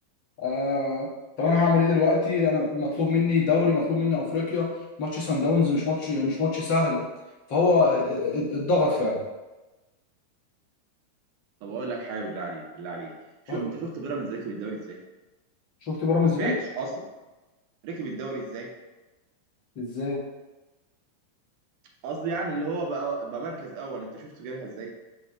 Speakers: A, on the left; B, on the right.
A: آه طب انا هعمل ايه دلوقتي انا مطلوب مني دوري مطلوب مني افريقيا ماتش سان داونز مش ماتش مش ماتش سهل فهو اتضغط فعلا
B: طب اقول لك حاجه بالله عليك بالله عليك شو
A: قول لي،
B: انت شفت بيراميدز ركب الدوري ازاي
A: شفت بيراميدز
B: ما سمعتش
A: ليه
B: اصلا ركب الدوري ازاي
A: ازاي
B: قصدي يعني اللي هو بقى بقى مركز اول انت شفته جابها ازاي